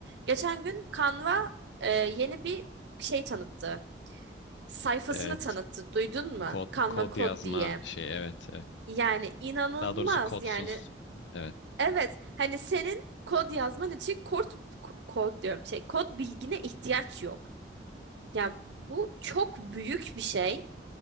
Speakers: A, on the right; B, on the left.
A: Geçen gün Canva e, yeni bir şey tanıttı. Sayfasını
B: Evet.
A: tanıttı. Duydun mu?
B: Kod,
A: Canva
B: kod
A: Code
B: yazma
A: diye.
B: şey evet, evet.
A: Yani inanılmaz.
B: Daha doğrusu kodsuz.
A: Yani
B: Evet.
A: Evet, hani senin kod yazman için kod, ko- kod diyorum şey kod bilgine ihtiyaç yok. Ya bu çok büyük bir şey